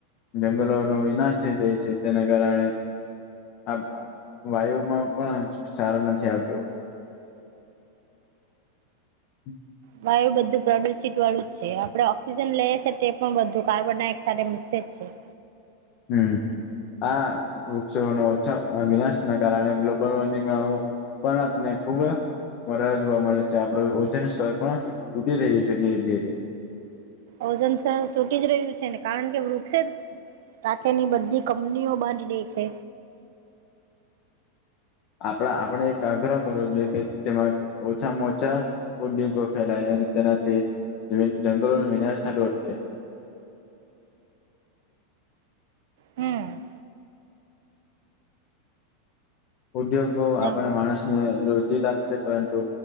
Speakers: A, on the left (about 35°); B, on the right (about 55°).
A: જંગલોનો વિનાશ થઈ જાય છે તેને કારણે આ વાયુમાં પણ સારો નથી આવતું. હમ
B: વાયુ બધું પ્રદુષિત વાળું જ છે આપણે ઓક્સિજન લઈએ છીએ તે પણ બધું કાર્બન ડાયોક્સાઇડ એ મિક્સે જ છે.
A: હમ આ વૃક્ષો <inaudible> વિનાશ. ના કારણે ગ્લોબલ વોર્મિંગમાં પણ આપને ખુબ. વધારે જોવા મળે છે આપડું ઓજન સ્તર પણ તૂટી રહ્યું છે ધીરે ધીરે
B: ઓઝન સરું તૂટી જ રહ્યું છે ને કારણ કે વૃક્ષ જ રાકેની બધી કંપનીઓ બાંધ દઈ છે.
A: આપણા આપણે એક આગ્રહ કરવો જોઈએ કે જેમાં ઓછામાં ઓછા. ઉદ્યોગો ફેલાય અને તેનાથી જંગલો ન વિનાશ થતો અટકે.
B: હમ
A: ઉદ્યોગો
B: જંગ
A: આપણે માણસને રોજ પરંતુ